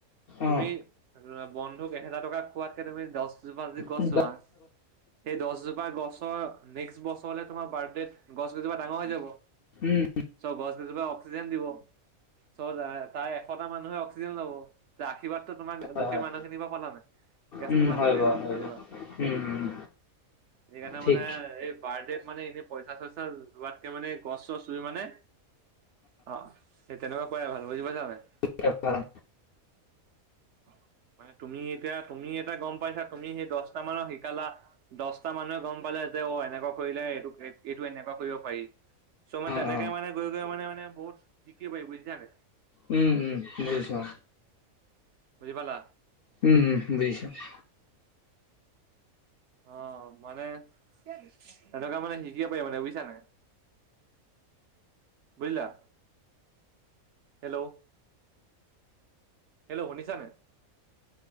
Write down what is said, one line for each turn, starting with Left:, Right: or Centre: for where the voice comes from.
Right: তুমি
Left: অ
Right: তোমাৰ বন্ধুক এহেজাৰ টকা খোৱাতকে তুমি দচ জোপা যদি গছ
Left: উম
Right: ৰুৱা সেই দচ জোপা গছৰ নেক্সট বছৰলে তোমাৰ বাৰ্থডেত গছ গিজোপা ডাঙৰ হৈ যাব।
Left: উম।
Right: চ' গছ গিজোপায়ে অক্সিজেন দিব। চ' তাৰ এশটা মানুহে অক্সিজেন ল'ব। যে আশীৰ্বাদটো তোমাৰ
Left: হয়
Right: গোটেই
Left: হয়
Right: মানুহখিনি পা পালা নে কেচটো
Left: উম
Right: মানে
Left: হয়
Right: তেনেকুৱা
Left: বাৰু
Right: মানে
Left: হয়
Right: বুজি
Left: বাৰু
Right: পালা।
Left: উম উম।
Right: সেইকাৰণে
Left: ঠিক
Right: মানে এই বাৰ্থডেত মানে এনেই পইচা-চইচা যোৱাতকে মানে গছ-চছ ৰুই মানে অ সেই তেনেকুৱা কৰাই ভাল বুজি পইছা নে?
Left: <unintelligible>
Right: <inaudible> মানে তুমি এতিয়া তুমি এতিয়া গম পাইছা তুমি সেই দচটা মানুহক শিকালা দচটা মানুহে গম পালে যে অ এনেকুৱা কৰিলে এইটো এইটো এনেকুৱা কৰিব পাৰি। চ' মানে
Left: অ',
Right: তেনেকে মানে গৈ গৈ মানে মানে বহুত শিকিব পাৰি বুজিছানে।
Left: উম উম বুজিছো অ।
Right: বুজি পালা?
Left: উম উম বুজিছো বুজিছো।
Right: অ মানে এনেকুৱা মানে শিকিব পাৰি মানে বুইছা নে? বুজিলা? হেল্ল। হেল্ল শুনিছা নে